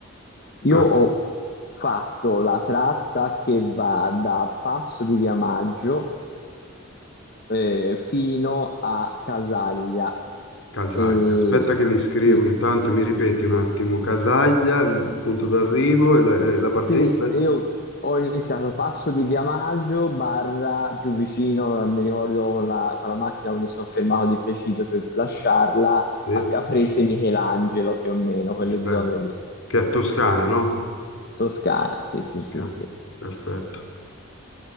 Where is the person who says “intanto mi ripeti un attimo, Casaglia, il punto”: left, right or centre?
Left